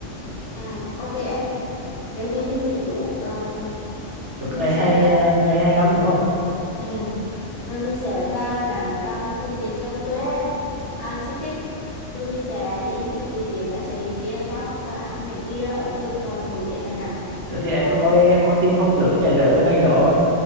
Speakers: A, on the left (about 40°); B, on the right (about 70°).
A: ừ ok em vậy thì mình sẽ chốt um,
B: chốt
A: mình
B: ngày
A: sẽ
B: hay ngày hay lắm đúng không
A: ừ. rồi mình sẽ vào Đà Nẵng bằng phương tiện xe ô tô à, xe khách rồi mình sẽ đi những cái địa điểm em sẽ liệt kê sau và ăn những cái ờ, ẩm thực ờ, nổi tiếng Đà Nẵng
B: rồi thì em
A: à,
B: coi em coi tin phong trước cái cái lỡ ngày đó ờ,